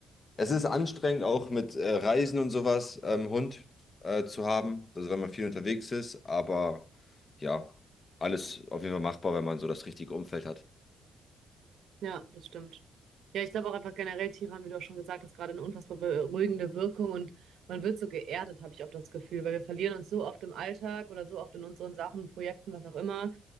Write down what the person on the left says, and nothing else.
es ist anstrengend, auch mit äh, Reisen und sowas, ähm, Hund äh, zu haben, also wenn man viel unterwegs ist, aber ja, alles auf jeden Fall machbar, wenn man so das richtige Umfeld hat.